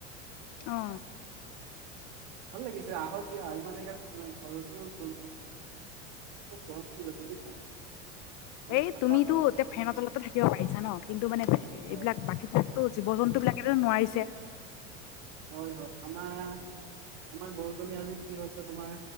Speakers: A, on the left (about 50°); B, on the right (about 60°).
A: অ'।
B: ভাল লাগিছে আহক দিয়া। বিচনাতো গৰম উঠি গৈছে, বুজিছা। অলপ
A: এই
B: ঠাণ্ডা
A: তুমিতো
B: পৰক
A: এতিয়া ফেনৰ তলতে থাকিব পাৰিছা ন, কিন্তু মানে এ,
B: হয়
A: এইবিলাক বাকী বিলাকতো জীৱ, জন্ত তো, বিলাকেতো নোৱাৰিছে।
B: হয়, হয়, আমাৰ আমাৰ গৰুজনী আজি কি হৈছে, তোমাৰ,